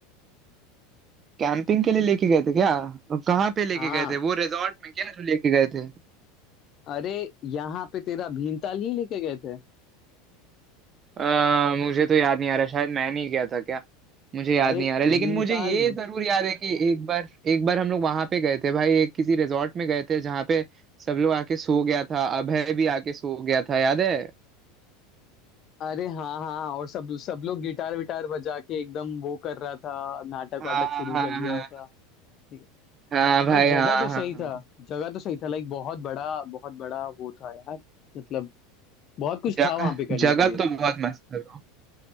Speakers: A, on the right; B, on the left.
A: कैंपिंग के लिए लेके गए थे क्या कहाँ पे लेके
B: हाँ
A: गए थे वो रिजॉर्ट में क्या जो लेके गए थे
B: अरे यहाँ पे तेरा भीमताल नहीं लेके गए थे
A: आ, मुझे तो याद नहीं आ रहा शायद मैं नहीं गया था क्या मुझे याद
B: अरे
A: नहीं आ
B: भीमताल
A: रहा लेकिन मुझे ये जरूर याद है कि एक बार एक बार हम लोग वहां पे गए थे भाई एक किसी रिजॉर्ट में गए थे जहाँ पे सब लोग आके सो गया था अभय भी आके सो गया था याद है
B: अरे हाँ हाँ और सब सब लोग गिटार विटार बजा के एकदम वो कर रहा था नाटक
A: हाँ
B: वाटक शुरू
A: हाँ
B: कर दिया
A: हाँ
B: हुआ था ठीक है।
A: हाँ भाई
B: भाई जगह
A: हाँ
B: तो
A: हाँ
B: सही
A: हाँ
B: था जगह तो सही था लाइक बहुत बड़ा बहुत बड़ा वो था यार मतलब बहुत कुछ
A: जगह
B: था वहां पे करने
A: जगह
B: के लिए
A: तो बहुत मस्त है bro।